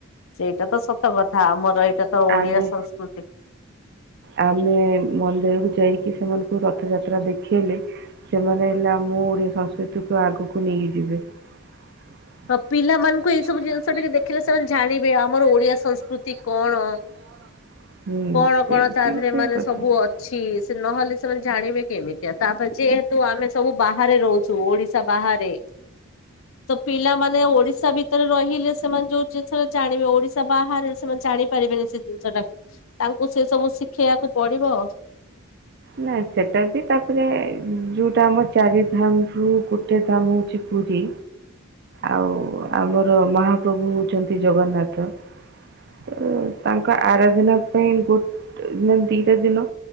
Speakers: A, on the left; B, on the right.
A: ସେଇଟା ତ ସତ କଥା ଆମର ଏଇଟା ତ ଓଡିଆ
B: ଆମେ
A: ସଂସ୍କୃତି।
B: ଆମେ-ଏ-ଏ ମନ୍ଦିରକୁୁ ଯାଇକି ସେମାନଙ୍କୁ ରଥଯାତ୍ରା ଦେଖେଇଲେ ସେମାନେ ହେଲା ଆ ମୁଁ ଓଡ଼ିଆ ସଂସ୍କୃତିକୁ ଆଗକୁ ନେଇକି ଯିବେ। <unintelligible>
A: ହଁ ପିଲାମାନଙ୍କୁ ଏଇ ସବୁ ଜିନିଷ
B: ହୁଁ
A: ଟିକେ ଦେଖିଲେ ସେମାନେ ଜାଣିବେ ଆମର
B: ସେଇଟା
A: ଓଡିଆ ସଂସ୍କୃତି କଣ।
B: ଠିକ୍
A: କଣ
B: କଥା।
A: କଣ ତା ଦେହରେ ମାନେ ସବୁ ଅଛି ସେ ନହେଲେ ସେମାନେ ଜାଣିବେ କେମିତି ଆ ତାପରେ ଯେହେତୁ ଆମେ ସବୁ ବାହାରେ ରହୁ ଚୁ ଓଡିଶା ବାହାରେ। ତ ପିଲାମାନେ ଓଡିଶା ଭିତରେ ରହିଲେ ସେମାନେ ଯୋଉ ଜିନିଷ ଜାଣିବେ ଓଡିଶା ବାହାରେ ସେମାନେ ଜାଣି ପାରିବେନି ସେ ଜିନିଷ ଟାକୁ ତାଙ୍କୁ ସେ ସବୁ ଶିଖେଇବାକୁ ପଡିବ।
B: ନା ସେଟା ବି ତାପରେ ଯୋଉଟା ଆମ ଚାରିଧାମ ରୁ ଗୋ ଟେ ଧାମ ହଉଛି ପୁରୀ। ଆଉ ଆମର ମହାପ୍ରଭୁ ହଉଛନ୍ତି ଜଗନ୍ନାଥ। ଉ-ଉ ତାଙ୍କ ଆରଧନା ପାଇଁ ଗୋଟେ ମାନେ ଦିଟା ଦିନ